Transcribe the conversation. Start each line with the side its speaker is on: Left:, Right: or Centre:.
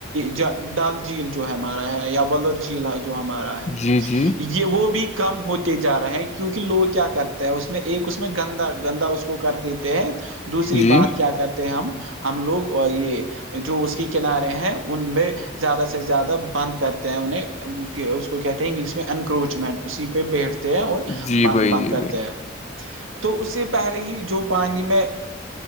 Right: ج ڈال جھیل جو ہے ہمارا ہے یا ولر جھیل جو ہمارا ہے
Left: جی جی
Right: یہ یہ وہ بھی کم ہوتے جا رہے ہیں کیونکہ لوگ کیا کرتے ہیں اس میں ایک اس میں گندا گندا اس کو کر دیتے ہیں دوسری
Left: جی
Right: بات کیا کرتے ہیں ہم ہم لوگ یہ جو اس کے کنارے ہیں ان میں زیادہ سے زیادہ بند کرتے ہیں انہیں اس کو کہتے ہیں انگلش میں انکروچمنٹ اسی پہ بیٹھتے ہیں اور
Left: جی
Right: بند
Left: بھائی
Right: بند
Left: جی
Right: کرتے
Left: بھائی
Right: ہیں تو اس سے پہلے ہی جو پانی میں